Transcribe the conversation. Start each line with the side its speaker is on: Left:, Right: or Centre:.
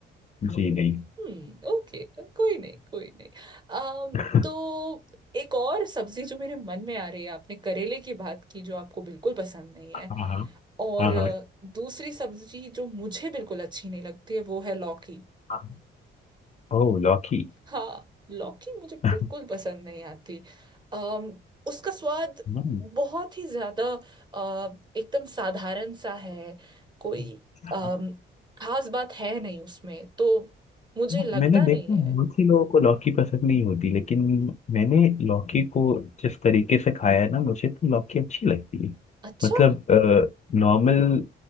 Left: जी नहीं
Right: हम्म ओके कोई नहीं कोई नहीं अम
Left: <laughs>
Right: तो एक और सब्जी जो मेरे मन में आ रही है आपने करेले की बात की जो आपको बिल्कुल पसंद नहीं है
Left: हाँ हाँ
Right: और अ,
Left: हाँ
Right: दूसरी सब्जी जो मुझे बिल्कुल अच्छी नहीं लगती है वो है लौकी
Left: हाँ ओह लौकी
Right: हाँ लौकी मुझे
Left: <laughs>
Right: बिल्कुल पसंद नहीं आती अम, उसका स्वाद
Left: हम्म,
Right: बहुत ही ज्यादा अ, एकदम साधारण सा है कोई
Left: हाँ,
Right: अम, खास बात है नहीं उसमें तो मुझे
Left: हाँ,
Right: लगता
Left: मैंने देखा
Right: नहीं
Left: है,
Right: है
Left: बहुत ही लोगों को लौकी पसंद नहीं होती लेकिन मैंने लौकी को जिस तरीके से खाया है ना मुझे तो लौकी अच्छी लगती है
Right: अच्छा
Left: मतलब नॉर्मल